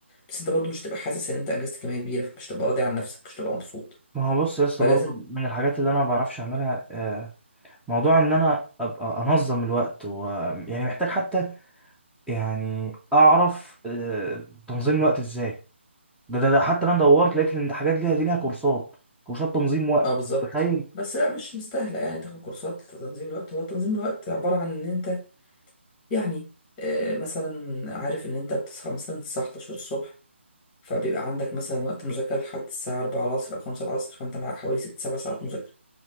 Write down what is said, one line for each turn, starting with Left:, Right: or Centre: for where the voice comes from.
Left: بس انت برضو مش هتبقى حاسس ان انت انجزت كمية كبيرة فمش هتبقى راضي عن نفسك مش هتبقى مبسوط
Centre: ما هو بص يا اسطى
Left: فلازم
Centre: برضو من الحاجات اللي انا ما بعرفش اعملها آه، موضوع ان انا ابقى انظم الوقت و... يعني محتاج حتى يعني اعرف آه، تنظيم الوقت ازاي ده, ده, ده حتى انا دورت لقيت ان الحاجات دي دي لها كورسات كورسات تنظيم وقت
Left: اه بالظبط
Centre: متخيل
Left: بس لا مش مستاهلة يعني تاخد كورسات لتنظيم الوقت هو تنظيم الوقت عبارة عن ان انت يعني آه، مثلا عارف ان انت بتصحى مثلا الساعة 11 الصبح فبيبقى عندك مثلا وقت مذاكرة لحد الساعة 4 العصر او 5 العصر فانت معاك حوالي 6 7 ساعات مذاكرة